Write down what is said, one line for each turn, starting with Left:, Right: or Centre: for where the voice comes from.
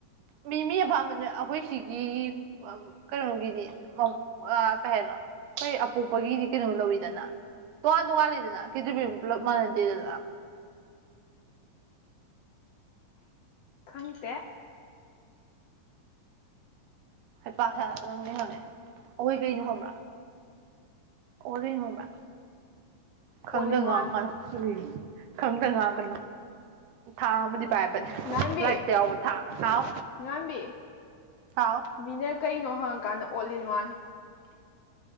Right: ꯃꯤ ꯃꯤ ꯑꯄꯥꯝꯕꯅ ꯑꯩꯈꯣꯏ ꯁꯤꯒꯤ ꯀꯩꯅꯣꯒꯤꯗꯤ ꯀꯩꯩꯅꯣ ꯑꯩꯈꯣꯏ ꯑꯄꯣꯛꯄꯒꯤꯗꯤ ꯀꯩꯅꯣ ꯂꯧꯔꯤꯗꯅ ꯇꯣꯉꯥꯟ ꯇꯣꯉꯥꯟꯜꯂꯤꯗꯅ ꯈꯦꯇ꯭ꯕꯤ ꯑꯃꯨ ꯄꯨꯂꯞ ꯃꯥꯟꯅꯗꯦꯗꯅ
Left: ꯈꯪꯗꯦ
Right: ꯍꯩ ꯄꯁ ꯅꯪꯗꯤ ꯍꯪꯉꯦ ꯑꯩꯈꯣꯏ ꯀꯩꯗꯣ ꯈꯪꯕ꯭ꯔꯥ ꯑꯣꯗꯉꯣꯕ꯭ꯔ ꯈꯪꯗꯒꯀ
Left: ꯑꯣꯜ ꯏꯟ ꯋꯥꯟ
Right: ꯎ ꯈꯪꯗ ꯉꯥꯛ ꯀꯣ ꯊꯥ ꯑꯃꯗꯤ ꯄꯥꯏꯕꯅꯦ
Left: ꯉꯥꯟꯕꯤ
Right: ꯂꯥꯏꯔꯤꯛꯇ ꯌꯥꯎꯕ ꯊꯥ ꯂꯥꯎ
Left: ꯉꯥꯟꯕꯤ
Right: ꯍꯥꯎ
Left: ꯃꯤꯅ ꯀꯩꯅꯣ ꯍꯪꯉꯀꯥꯟꯗ ꯑꯣꯜ ꯏꯟ ꯋꯥꯟ